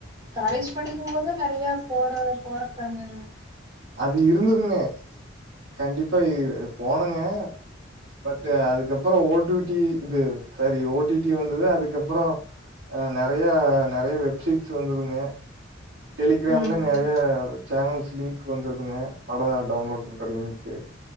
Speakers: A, on the right; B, on the right.
A: காலேஜ் படிக்கும் போது நெறைய போற போறக்கன
B: அது இருந்ததுங்க கண்டிப்பா இது இ போனுங்க பட்டு அதுக்கப்பறோ ஓடுடி இது சரி ஓ டி டி வந்தது அதுக்கப்பறோ நெறைய நெறைய வெப்சைட்ஸ் வந்ததுங்க டெலிகிராம்ல
A: ம்
B: நெறைய சேனல்ஸ் லிங்க் வந்துருக்குங்க படத டவுன்லோட் பண்ற லிங்க்கு